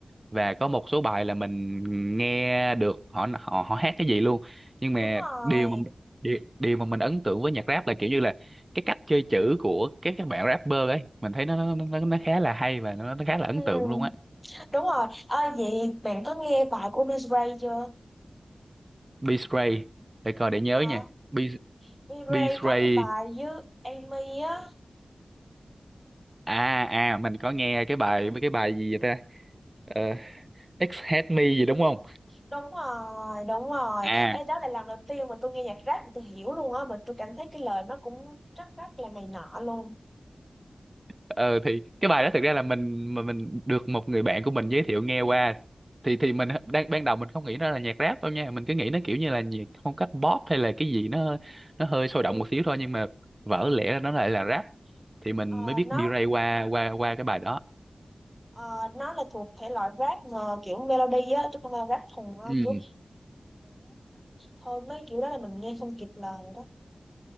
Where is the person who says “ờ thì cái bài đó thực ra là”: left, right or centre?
Right